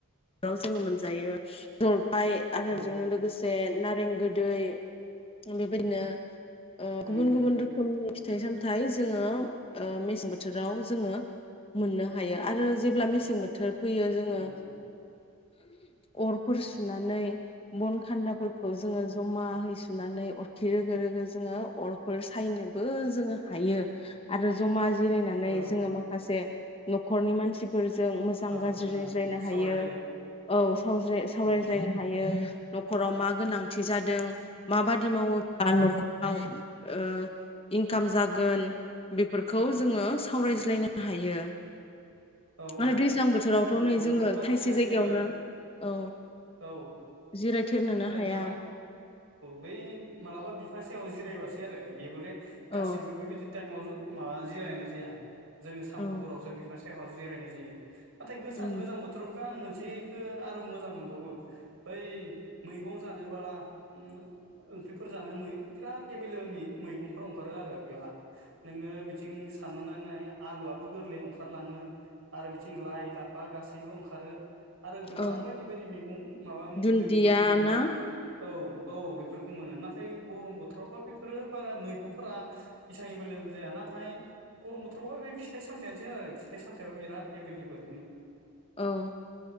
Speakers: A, on the left; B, on the right.
A: जोङो मोनजायो। ओमफ्राय आरो
B: औ
A: बेजोंनो लोगोसे नारें गोदै बेबायदिनो ओ गुबुन
B: उम उम
A: गुबुन रोखोमनि फिथाइ सामथाइ जोङो मेसें बोथोराव जोङो मोननो हायो आरो जेब्ला मेसें बोथोर फैयो जोङो
B: उम
A: अरफोर सुनानै बन खान्दाफोरखौ जोङो ज'मा। नै सुनानै अरखि रोगो रोगो जोङो अरफोर सायनोबो जोङो हायो आरो। जमा जिरायनानै
B: औ
A: जोङो माखासे। न'खरनि मानसिफोर। जों मोजां
B: बाथ्राफोरखौ
A: गाज्रि रायज्लायनो
B: ओ
A: हायो।
B: सावरायलायनो
A: औ साव सावरायज्लायनो
B: औ
A: हायो। न'खराव मा गोनांथि जादों माबादि मावोब्ला न'खराव ओ इनकाम जागोन बेफोरखौ जोङो सावरायज्लायनो हायो।
B: औ
A: आरो
B: औ
A: दैज्लां बोथोरावथ'
B: गरम
A: नै
B: बोथोरावथ'
A: जोङो
B: हारसिं
A: थाइसे
B: हारसिं।
A: जायगायावनो औ
B: ओ औ
A: जिरायथेरनोनो
B: ओद
A: हाया
B: बि बै मालाबा बिफां सायाव जिरायबा सै आरो बेबोलै। गासिबो
A: औ
B: बेबायदि टाइमाव ज मा जिरायनाय जाया। जोङो सामफुफोरावसो
A: औ
B: बिफां सा औ जिरायनाय जायो। नाथाय गोजां
A: उम
B: गोजां बोथोरावथ आं मोन थिखो आरो मोजां मोनबावो बै मैगं जानोब्ला ओ ओंख्रिफोर जानो बिराद एबेलेबेलनि मैगंफोर अंखारो आरो बेहा नोङो बिथिं साननानै आलुआबो गोरलै अंखा लाङो आरो बिथिं लाइ लाफा गासैबो ओंखारो। आरो गोबां
A: औ
B: बायदि बायदि मैगं माबा
A: दुन्दिया
B: मैगंफोरखौ जोङो
A: ना
B: औ औ बेफोर। खो मोनो नाथाय गरम बोथोरावबा बेफोरो बारा मैगंफोरा इसबां एभलेबल जाया नाथाय गरम बोथोरावबा बे फिथाइ सामथायानोसै आरो। फिथाइ सामथायाइबा बिराद एभेलेबेल।
A: औ।